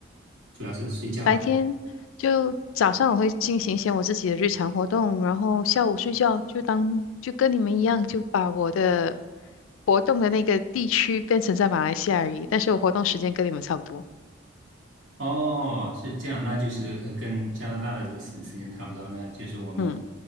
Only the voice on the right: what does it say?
主要是睡觉还？
哦，是这样，那就是呃，跟加拿大的这时时间差不多，那就是我们